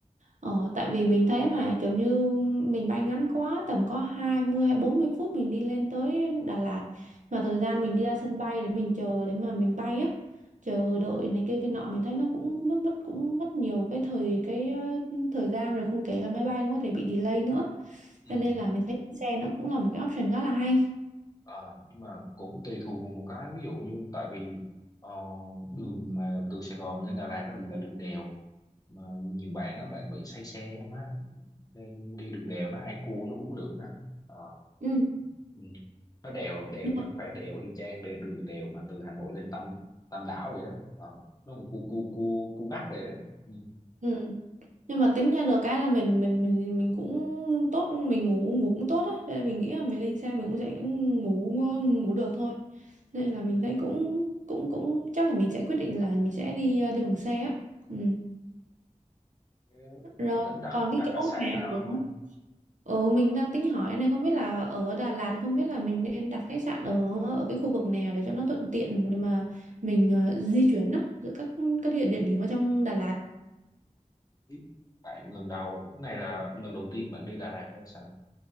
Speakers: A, on the right; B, on the left.
A: Ờ, tại vì mình thấy mà kiểu như mình bay ngắn quá tầm có 20 hay 40 phút mình đi lên tới Đà Lạt mà thời gian mình đi ra sân bay để mình chờ để mà mình bay á chờ đợi này kia kia nọ mình thấy nó cũng mất mất cũng mất nhiều cái thời cái ờ, thời gian rồi không kể là máy bay cũng có thể bị delay nữa
B: ừ
A: cho nên là mình thấy xe nó cũng là một cái option khá là hay
B: Ờ, nhưng mà cũng tùy thuộc vào một cái ví dụ như tại vì ờ, đường mà từ Sài Gòn mà lên Đà Lạt á là đường đèo mà nhiều bạn á bạn bị say xe á má nên đi đường đèo nó hay cua nó uống lượng á Ờ,
A: Ừ.
B: ừ. nó đèo đèo
A: nhưng mà
B: chứ không phải đèo y chang đe- đường đèo mà từ Hà Nội lên Tam Tam Đảo vậy đó Ờ, nó một cua cua cua cua gắt rồi á ừ.
A: ừ. nhưng mà tính ra được cái là mình mình mình mình cũng tốt mình ngủ ngủ cũng tốt á cho nên mình nghĩ là mình lên xe mình cũng sẽ ngủ ngủ được thôi nên là mình thấy cũng cũng cũng chắc là mình sẽ quyết định là mình sẽ đi ờ, đi bằng xe á ừ.
B: Thế bạn
A: rồi
B: tính đặt
A: còn
B: đặt
A: cái chỗ
B: khách sạn
A: mà
B: ở đâu
A: ở
B: chưa
A: ở mình đang tính hỏi này không biết là ở Đà Lạt không biết là mình nên đặt khách sạn ở ở cái khu vực nào để cho nó thuận tiện để mà mình ờ, di chuyển đó giữa các các địa địa điểm ở trong Đà Lạt
B: Biết bạn lần đầu này là lần đầu tiên bạn đi Đà Lạt hay sao